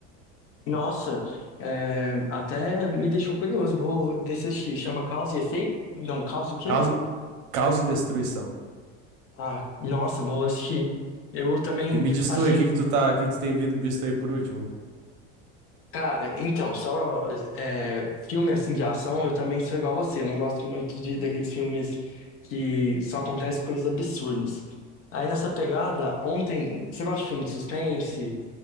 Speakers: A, on the left; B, on the right.
A: Nossa, é, até me deixou curioso. Vou descer assistir. Chama Causa e Efeito? Não, Causa o quê?
B: Caos, caos e destruição.
A: Ah, nossa, vou assistir. Eu também,
B: E me diz
A: assim,
B: tu aí, o que que tu tá, o que que tu tem vindo, visto aí por último?
A: cara, então, só é, filme assim de ação, eu também sou igual a você. Eu não gosto muito de, daqueles filmes que só acontecem coisas absurdas. Aí nessa pegada, ontem, você gosta de filme de suspense,